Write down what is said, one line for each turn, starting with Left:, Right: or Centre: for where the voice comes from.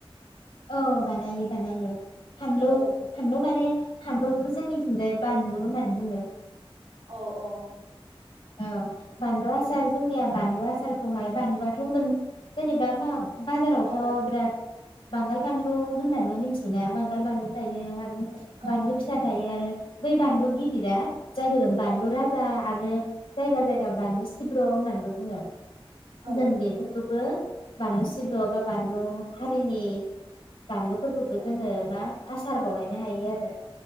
Left: औ बानायो बानायो। फानलौ
Right: औ
Left: फानलौ माने? फानलुखौ जोंनिथिंजाय बानलु होननानै बुङो।
Right: अह - अह
Left: औ बानलु आसार आसार जोंनिया बानलु आसारखौहाय बानलुआथ' मोन जेनेबा मा बाजारावथ
Right: अ औ
Left: बिराद बांगाल बानलु होननानैबो मिथियोना बांगाल बानलु थायो आरो
Right: औ
Left: बानलु फिसा थायो आरो बै बानलु गिदिरा जायखौ जों बानलु
Right: औ
Left: राजा आरो जायगा जायगा बानलु सिब्र होननानैबो बुङो।
Right: औ
Left: जों बेफोरखौबो बानलु सिब्र बा बानलु हारिनि बानलुफोरखौबो
Right: औ
Left: जोङो मा आसार बनायनो हायो आरो